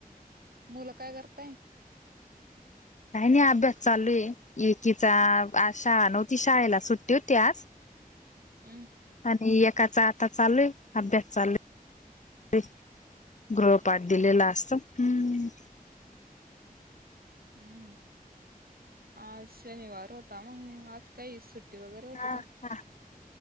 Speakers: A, on the right; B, on the left.
A: मुल काय करताय
B: काही नाही अभ्यास चालू आहे एकीचा शाळा नव्हती शाळेला सुटते होती आज
A: हम्
B: आणि एकाचा आता चालू आहे अभ्यास चालू आहे ते गृहपाठ
A: हो का
B: दिलेला असत हम्
A: हम्मआज शनिवार हो होती त्या मग आज काही सुट्टी वगैरे होती
B: हा
A: का